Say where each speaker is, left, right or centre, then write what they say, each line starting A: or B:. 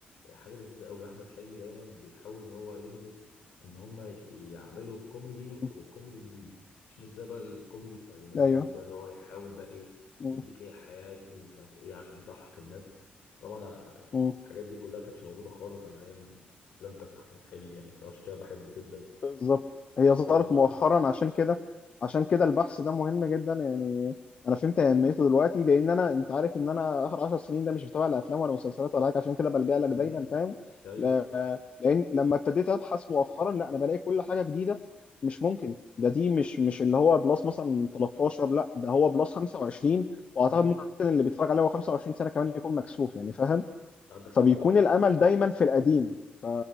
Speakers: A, on the left; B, on the left.
A: حاجة لذيذة قوي أحمد حلمي دايما بيحاول إن هو يهدف إن هما يعملوا كوميدي
B: مم.
A: وكوميدي نظيف مش زي بقى الكوميدي بتاع اليومين
B: ايوه
A: دول بقى اللي هو يحاول بقى إيه
B: مم.
A: يديك إيه حياة ومش عارف إيه عشان يضحك الناس طبعا آه، يعني
B: مم.
A: الحاجات دي كلها كانتش موجودة خالص على أيام الأفلام بتاعت أحمد حلمي يعني بصراحة عشان كده بحب جدا
B: بالظبط هي
A: الطريقة
B: ظهرت
A: اللي هو
B: مؤخرا
A: بيقدم بيها
B: عشان كده عشان كده البحث ده مهم جدا يعني انا فهمت اهميته دلوقتي لان انا انت عارف ان انا اخر 10 سنين ده مش بتابع لا افلام ولا مسلسلات ولا حاجه عشان كده بلجأ لك دايما
A: أمم
B: فاهم
A: أيوه
B: لا- لان لما ابتديت ابحث مؤخرا لا انا بلاقي كل حاجه جديده مش ممكن ده دي مش مش اللي هو بلس مثلا 13 لا ده هو بلس 25 واعتقد
A: أمم
B: ممكن اللي بيتفرج عليه هو 25 سنه كمان يكون مكسوف يعني فاهم
A: عندك
B: فبيكون
A: حق والله
B: الامل دايما في القديم ف